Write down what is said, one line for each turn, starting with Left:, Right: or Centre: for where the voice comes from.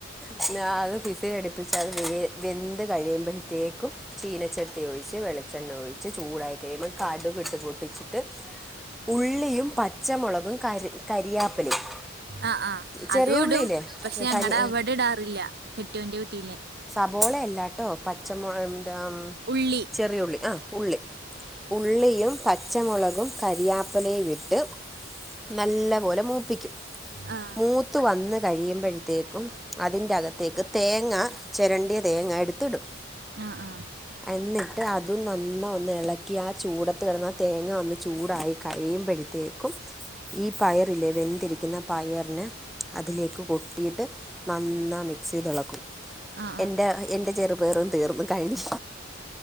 Centre: പിന്നെ അത് വിസിലടിപ്പിച്ച് അത് വെന്ത് കഴിയുമ്പയത്തേക്കും ചീനച്ചട്ടി ഒഴിച്ച് വെളിച്ചെണ്ണ ഒഴിച്ച് ചൂടായി കഴിയുമ്പോ കടുകിട്ട് പൊട്ടിച്ചിട്ട് ഉള്ളിയും, പച്ചമുളകും, കരി കരിയാപ്പിലയും
Right: ആഹ് ആഹ്
Centre: ചെറിയ
Right: അതൂടും
Centre: ഉള്ളിയില്ലേ
Right: പക്ഷെ അങ്ങടാ
Centre: സരി
Right: അവടെടാറില്ല കെട്ടിയോന്റെ വീട്ടീലേ
Centre: സബോളെയല്ലാട്ടോ പച്ചമൊളകെ ന്താ
Right: ഉള്ളി.
Centre: ചെറിയൊള്ളി ആഹ് ഉള്ളി. ഉള്ളിയും, പച്ചമൊളകും, കരിയാപ്പിലയുവിട്ട് നല്ല പോ വെയ്ക്കൂം
Right: ആ
Centre: മൂ ത്ത് വന്ന് കഴിയുമ്പഴ്ത്തേക്കും അതിന്റകത്തേക്ക് തേങ്ങ ചെരണ്ടിയ തേങ്ങ എടുത്തിടും.
Right: ആഹ് ആഹ്.
Centre: എന്നിട്ട് അതും നന്ന ഒന്ന് ഇളക്കി ആ ചൂടത്ത് കിടന്ന് ആ തേങ്ങ ഒന്ന് ചൂടായി കഴിയുമ്പഴ തേക്കും ഈ പയറില്ലെ വെ ത്തിരിക്കുന്ന പയറിനെ അതിലേക്ക് കൊട്ടീട്ട് നന്നാ മിക്സെയ്തെളക്കും.
Right: ആ ആ
Centre: എന്റെ എന്റെ ചെറുപേറും തീർന്ന് കഴിഞ്ഞ്